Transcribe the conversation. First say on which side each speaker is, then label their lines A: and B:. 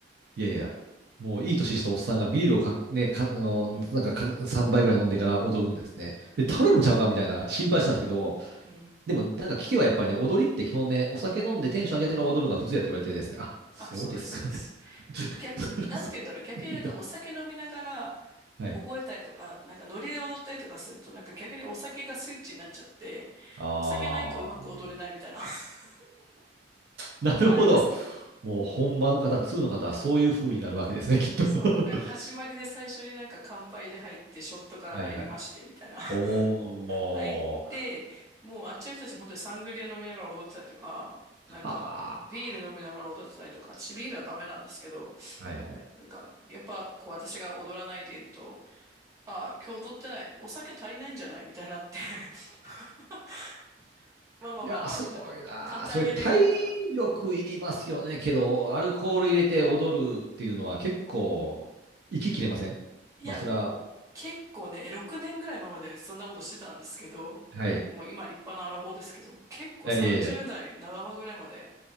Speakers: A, on the right; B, on the right.
A: いやいや、もういい年したおっさんがビールをか、ね、か、あの、
B: うん、
A: なんかか3杯ぐらい飲んでから踊るんですね。で、倒れるんちゃうかみたいな心配したんですけど、
B: うん。
A: でも、なんか聞けばやっぱりね、踊りって基本ね、お酒飲んでテンション上げてから踊るのが普通やって言われてですね、あ、そうですか、
B: あ、そうです、そうです。
A: みたいな。
B: 逆、
A: <laughs> それす
B: なんて言うんだろう、逆になんかお酒飲みながら
A: ごいなはい。
B: 覚えたりとか、なんかノリで踊ったりとかすると、なんか逆にお酒がスイッチになっちゃって、
A: あー。
B: お酒ないとうまく踊れないみたいな、<laughs>
A: なるほど。
B: あります。
A: もう本場の方、2の方はそういう風になるわけですね、<laughs> きっと。
B: そう、
A: <laughs>
B: なんか始まりで最初になんか乾杯で入って、ショットから入りまして、
A: はいはい。
B: みたいな。
A: おー。
B: <laughs> 入って、もうあっちの人たち本当にサングリア飲みながら踊ってたりとか、なんかビール飲みながら踊ってたりとか、
A: あ
B: 私ビールはダメなんですけど、
A: ー。はいはい。
B: なんかやっぱこう私が踊らないでいると、ああ、今日踊ってない、お酒足りないんじゃないみたいになって <laughs> まあまあまあまあ、
A: いやー、すごいなー。
B: みたいな。買ってあげるよ、
A: それ体
B: みたいな。
A: 力いりますよね。けど、アルコール入れて踊るっていうのは結構、息切れませんまあ、
B: いや、
A: それは、
B: 結構ね、6年ぐらい前までそんなことしてたんですけど、
A: はい。い
B: もう今立派なアラフォーですけど、結構30代半ばぐらいまで、
A: やいやいや、